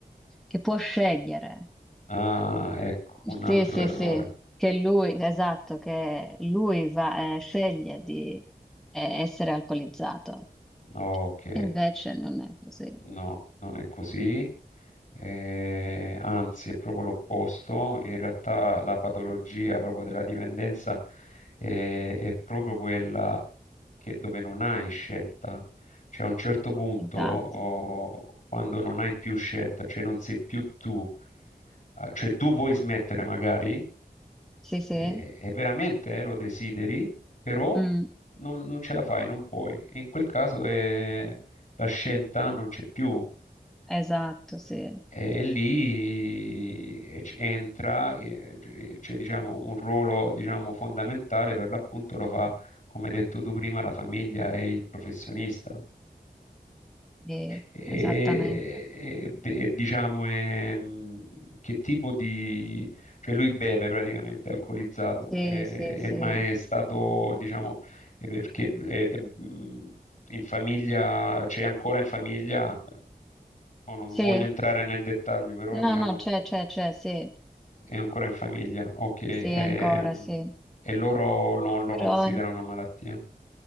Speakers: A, in the centre; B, on the left.
A: che può scegliere.
B: Ah, ecco,
A: Sì,
B: un altro
A: sì,
B: errore.
A: sì, che lui, esatto, che lui va, eh, sceglie di eh, essere alcolizzato.
B: Ok,
A: E Invece non è così.
B: no, non è così. eh, anzi è proprio l'opposto, in realtà la patologia proprio della dipendenza eh, è proprio quella che- dove non hai scelta, cioè a un certo punto
A: Esatto.
B: oh, quando non hai più scelta, cioè non sei più tu, eh, cioè tu vuoi smettere magari
A: Sì, sì.
B: eh, e veramente eh, lo desideri, però
A: Mm,
B: non, non ce la fai, non puoi. In quel caso eh, la scelta non c'è più.
A: esatto, sì.
B: E lì eh, c- entra, eh, gi- c'è diciamo, un ruolo diciamo, fondamentale per l'appunto lo fa, come hai detto tu prima, la famiglia e il professionista.
A: Sì,
B: E,
A: esattamente.
B: e- e, diciamo, ehm, che tipo di... cioè lui beve praticamente, è alcolizzato,
A: Sì,
B: e-
A: sì,
B: e-
A: sì.
B: ma è stato, diciamo, è perché è- è, mh, in famiglia, c'è ancora in famiglia, mo non
A: Sì,
B: voglio entrare nel dettaglio, però
A: No,
B: diciamo
A: no, c'è, c'è, c'è, sì,
B: È ancora in famiglia, ok,
A: sì,
B: ehm,
A: ancora, sì.
B: e loro non lo
A: Però
B: considerano malattia.